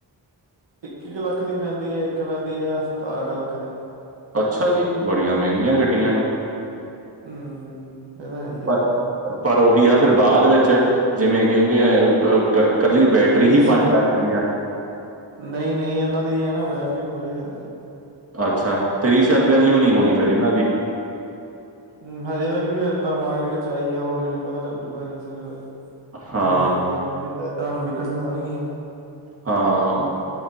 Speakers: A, on the right; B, on the right.
A: ਇੱਕ, ਇੱਕ ਲੱਖ ਦੀ ਪੈਂਦੀ ਹੈ, ਇੱਕ ਪੈਂਦੀ ਹੈ, ਸਤਾਰਾਂ ਕੁ ਲੱਖ ਦੀ।
B: ਅੱਛਾ ਜੀ! ਬੜੀਆਂ ਮਹਿੰਗੀਆਂ ਗੱਡੀਆਂ ਨੇ।
A: ਹਮ ਇਹ ਤਾਂ ਹੈ ਹੀ ਆ
B: ਪਰ
A: ਫਿਰ
B: ਪਰ ਉਹੀ ਆ ਫਿਰ ਬਾਅਦ ਵਿੱਚ, ਜਿਵੇਂ ਕਹਿੰਦੇ ਆ, ਅ ਕੱਲੀ ਬੈਟਰੀ
A: <unintelligible>
B: ਹੀ ਲੱਖ ਦੀ ਆ
A: ਨਹੀਂ-ਨਹੀਂ, ਇਹਨਾਂ ਦੀ ਐ ਨਾ, ਬੈਟਰੀ ਪੂਰੀ ਰਹਿੰਦੀ।
B: ਅੱਛਾ, ਤੇਰੀਸੈਲ ਵੈਲਿਊ ਨਹੀਂ ਹੋਣੀ ਫਿਰ ਇਹਨਾਂ ਦੀ।
A: ਹੂੰ, ਹਜੇ ਤੱਕ ਵੀ ਅਜ ਤ ਮਾਰਕੀਟ'ਚ ਆਈ ਆ, ਹੌਲੀ- ਹੌਲੀ ਪਤਾ ਚੱਲੂਗਾ ਰੀਸੇਲ ਕੀ
B: ਹਾਂ
A: ਹੈਗੀ ਆ, ਜਿੱਦਾਂ, ਏਦਾਂ ਹੁਣ ਵਿਕਣ ਆਣਗੀਆਂ।
B: ਹਾ,